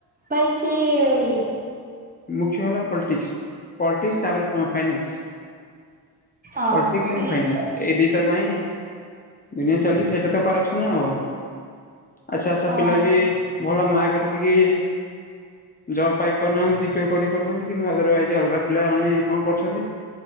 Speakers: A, on the right (about 20°); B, on the left (about 20°).
A: ଭାଇ ସେ ଇଏ
B: ମୁଖ୍ୟ ହେଲା ପଲିଟିକ୍ସ ପଲିଟିକ୍ସ ତାପରେ ଫାଇନାନ୍ସ
A: ହଁ
B: ପଟିକସଣ୍ଡ
A: ସେଇ
B: ଫାଇନାନ୍ସ
A: ହଉଛି
B: ଏଇ ଦିଟା ପାଇଁ ଦୁନିଆ ଚାଲିଛି ସେଇଟା ତ କରପସନ ଆଉ ଆଚ୍ଛା ଆଚ୍ଛା
A: ହଁ
B: ପିଲା ବି ଭଲ ମକ ରଖିକି ଜବ ପାଇ ପାରୁନାହାନ୍ତି। କରିପାରୁନାହାନ୍ତି କିନ୍ତୁ ଅଦରୱାଇଜ ଅଲଗା ପିଲାମାନୋନେ କଣ କରୁଛନ୍ତି